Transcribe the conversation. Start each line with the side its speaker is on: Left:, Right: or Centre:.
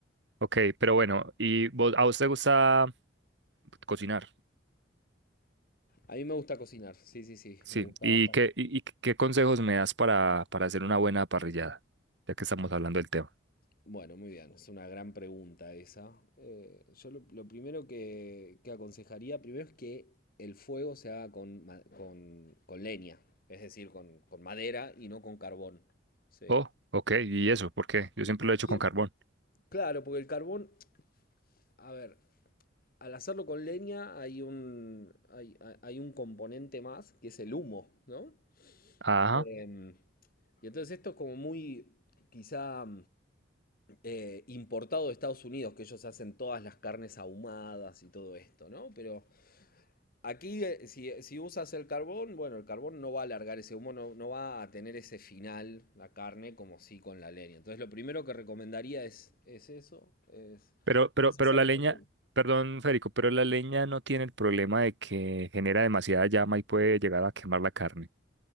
Right: Ok, pero bueno, ¿y vos- a vos te gusta cocinar?
Left: A mí me gusta cocinar, sí, sí, sí,
Right: Sí.
Left: me gusta
Right: ¿Y
Left: bastante.
Right: qué, y, y qué consejos me das para, para hacer una buena parrillada? Ya que estamos hablando del tema.
Left: Bueno, muy bien, es una gran pregunta esa. Eh, yo lo, lo primero que, que aconsejaría, primero es que el fuego se haga con, ma- con, con leña, es decir, con, con madera y no con carbón, ¿sí?
Right: Oh, ok, ¿y eso? ¿Por qué? Yo siempre lo he hecho
Left: Y
Right: con
Left: el-
Right: carbón.
Left: Claro, porque el carbón, a ver, al hacerlo con leña hay un, hay, hay- hay un componente más que es el humo, ¿no?
Right: Ajá.
Left: Em, y entonces esto es como muy, quizá eh, importado de Estados Unidos, que ellos hacen todas las carnes ahumadas y todo esto, ¿no? Pero aquí, eh, si, si usas el carbón, bueno, el carbón no va a alargar ese humo, no, no va a tener ese final, la carne, como sí con la leña. Entonces, lo primero que recomendaría es, es eso, es,
Right: Pero, pero,
Left: es
Right: pero
Left: hacerlo
Right: la leña,
Left: con leña.
Right: perdón, Federico, pero la leña no tiene el problema de que genera demasiada llama y puede llegar a quemar la carne.